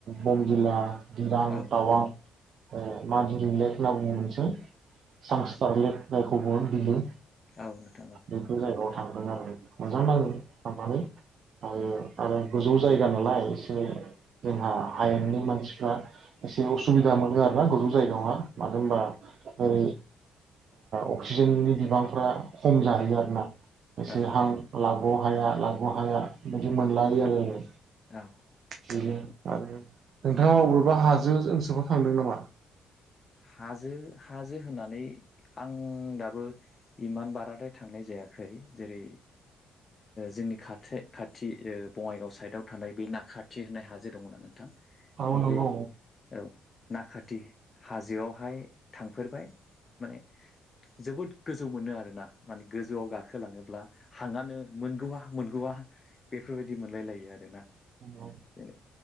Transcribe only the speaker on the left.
औ
औ नोंथां
औ नोंथां
औ
हाजो हाजो होननानै आं दाबो इमान बाराद्राय थांनाय जायाखै जेरै जोंनि खाथि खाथि बङाइगाव साइडआव थानाय बे नााखाथि होननाय हाजो दङोना नोंथां
नैबे
औ नाखाथि हाजोआवहाय थांफेरबाय माने जोबोद गोजौ मोनो आरोना माने गोजौआव गाखोलाङोब्ला हाङानो मोनगौआ मोनगौआ बेफोरबायदि मोनलाय लायो आरोना
जेन